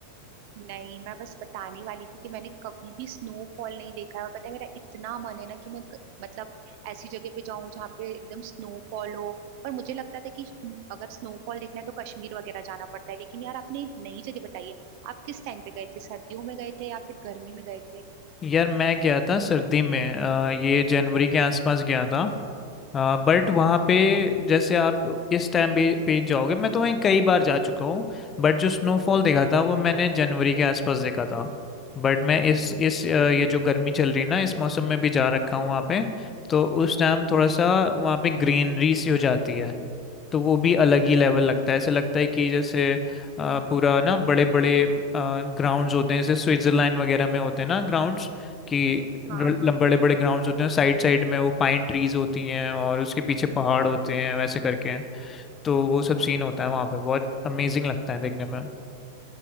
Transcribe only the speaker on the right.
नहीं मैं बस बताने वाली थी कि मैंने कभी भी स्नोफॉल नहीं देखा है और पता है मेरा इतना मन है ना कि मैं क- मतलब ऐसी जगह पे जाऊं जहाँ पे एकदम स्नोफॉल हो पर मुझे लगता था कि स्न- अगर स्नोफॉल देखना है तो कश्मीर वगैरह जाना पड़ता है लेकिन यार आपने एक नई जगह बताई है आप किस टाइम पे गए थे सर्दियों में गए थे या फिर गर्मी में गए थे
हाँ हाँ